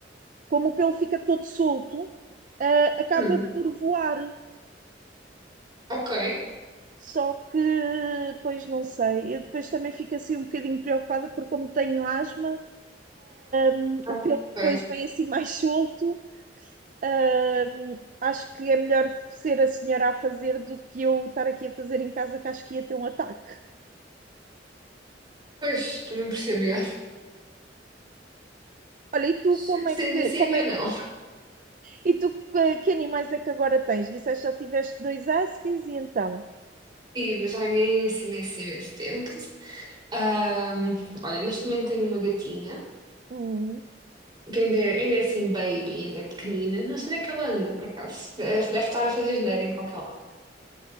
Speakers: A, on the right (about 45°); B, on the right (about 25°).
A: como o pelo fica todo solto, ah, acaba
B: Hum,
A: por voar.
B: ok.
A: Só que, pois não sei, eu depois também fico assim um bocadinho preocupada porque como tenho asma, hum,
B: Ah,
A: o pelo depois
B: ok.
A: vem assim <laughs> mais solto. Hum, acho que é melhor ser a senhora a fazer do que eu estar aqui a fazer em casa, que acho que ia ter um ataque.
B: Pois, também percebo, já.
A: Olha, e tu
B: <laughs>
A: como
B: Sendo
A: é que
B: assim,
A: como
B: é melhor
A: é,
B: não.
A: e tu que, que animais é que agora tens? Disseste que já tiveste dois huskies e então?
B: Tive, mas há imenso, imenso, imenso tempo. Ahm, olha, neste momento tenho uma gatinha,
A: Hum,
B: que ainda é, ainda é assim baby, ainda é pequenina. Não sei onde é que ela anda, por acaso. Deve, deve estar a fazer asneira em qualquer lado.